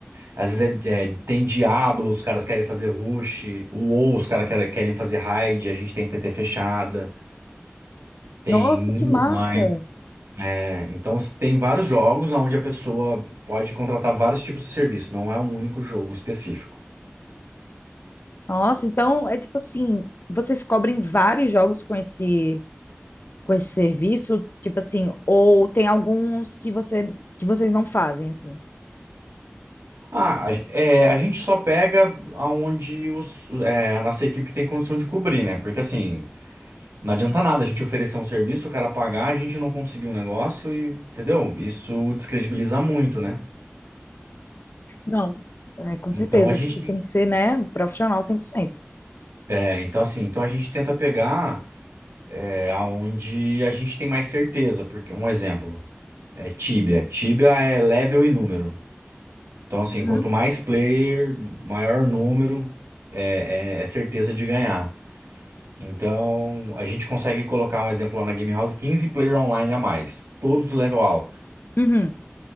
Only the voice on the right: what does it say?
Às vezes é- é, tem Diablo, os caras querem fazer Rush. O WoW, os caras querem, querem fazer Raid. A gente tem PT fechada. Tem
Mundo
online. É, então s- tem vários jogos onde a pessoa pode contratar vários tipos de serviço. Não é um único jogo específico.
Ah, a, é, a gente só pega aonde os, é, a nossa equipe tem condição de cobrir, né? Porque assim, não adianta nada a gente oferecer um serviço, o cara pagar, a gente não conseguir o negócio e, entendeu? Isso descredibiliza muito, né?
Então
a gente
tem
que,
é, então assim, então a gente tenta pegar é, aonde a gente tem mais certeza, porque um exemplo é Tibia. Tibia é level e número. Então assim,
quanto mais player, maior número, é é- é certeza de ganhar. Então, a gente consegue colocar um exemplo lá na Game House, 15 player online a mais, todos level alto.